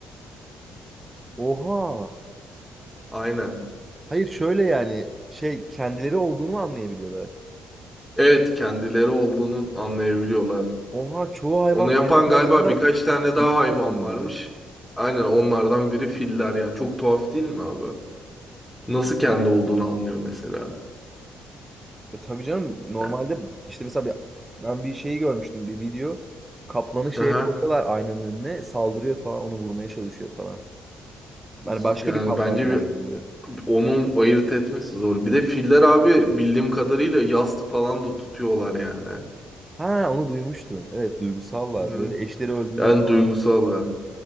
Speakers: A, on the right; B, in the centre.
A: Oha!
B: Aynen.
A: Hayır şöyle yani şey kendileri olduğunu mu anlayabiliyorlar?
B: Evet kendileri olduğunu anlayabiliyorlar.
A: Oha çoğu hayvan
B: Onu yapan
A: ayna karşısında
B: galiba birkaç tane daha
A: düşman
B: hayvan
A: zannediyor.
B: varmış. Aynen onlardan biri filler yani. Çok tuhaf değil mi abi? Nasıl kendi olduğunu anlıyor mesela.
A: E tabii canım normalde
B: Yani.
A: işte mesela bir, ben bir şeyi görmüştüm bir video. Kaplanı şeye
B: Aha.
A: koyuyorlar aynanın önüne saldırıyor falan onu vurmaya çalışıyor falan. Yani başka
B: Yani
A: bir kaplan
B: bence
A: zannediyor.
B: bir onun ayırt etmesi zor. Bir de filler abi bildiğim kadarıyla yastı falan da tutuyorlar yani.
A: Ha onu duymuştum. Evet duygusallar.
B: Hı hı.
A: Böyle eşleri öldüğünde
B: En
A: falan
B: duygusalı.